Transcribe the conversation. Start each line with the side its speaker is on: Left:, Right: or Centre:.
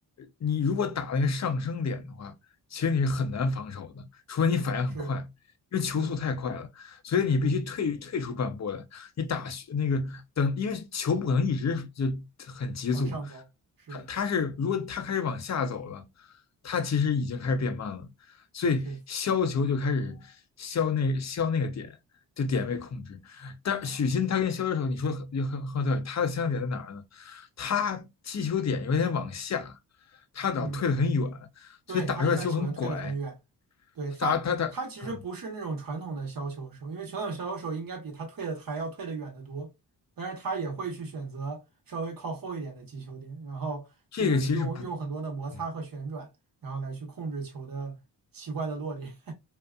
Left: 你如果打那个上升点的话，其实你是很难防守的，除非你反应很快，
Right: 是
Left: 因为球速太快了。
Right: 是的，
Left: 所以你必须退退出半步来，
Right: 是
Left: 你打那个等，因为球不可能一直就很急速，
Right: 往上走，是的，
Left: 它它是如果它开始往下走了，它其实已经开始变慢了，所以削球就开始削那削那个点，
Right: 是
Left: 就点位控制。但许昕他跟削球手，你说很很很对，他的相像点在哪儿呢？他击球点有点往下，他老退得很远，
Right: 嗯。对，
Left: 所以打出来球很拐，
Right: 他一般喜欢退得很远，对他，
Left: 他打他打嗯，
Right: 他其实不是那种传统的削球手，因为传统削球手应该比他退的还要退的远得多，但是他也会去选择稍微靠后一点的击球点，然后这个用用很多的摩擦和旋转，
Left: 这个其实不嗯。
Right: 然后来去控制球的奇怪的落点。